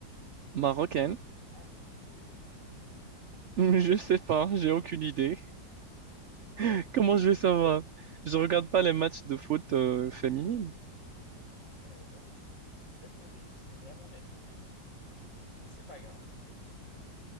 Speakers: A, on the right; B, on the left.
A: marocaine.
B: Ah non, oui, oui, oui.
A: <laughs> Je sais pas, j'ai aucune idée. <laughs> Comment je vais savoir? Je regarde pas les matchs de foot euh, féminine.
B: Eh bien, je suis étonné, je suis vraiment étonné. C'est pas grave.